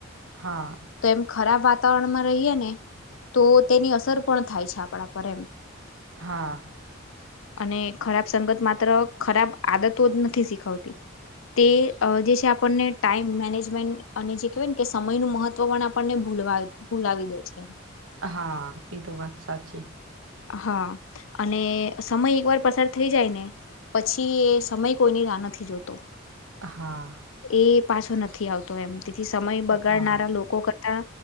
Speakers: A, on the right (about 80°); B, on the left (about 80°).
A: હા.
B: તો એમ ખરાબ વાતાવરણમાં રહીએ ને તો તેની અસર પણ થાય છે આપણા પર એમ.
A: હા.
B: અને ખરાબ સંગત માત્ર ખરાબ આદતો જ નથી શીખવતી તે અહ જે છે આપણને ટાઈમ મેનેજમેન્ટ અને જે કહેવાય ને કે સમયનું મહત ત્વ પણ આપણને ભૂલવા ભૂલાવી દે છે.
A: હા એ તો વાત સાચી.
B: હા. અને સમય એકવાર પસાર થઈ જાય ને પછી એ સમય કોઈની રાહ નથી જોતો.
A: હા.
B: એ પાછો નથી આવતો એમ, તેથી સમય બગાડનારા
A: હા,
B: લોકો કર તા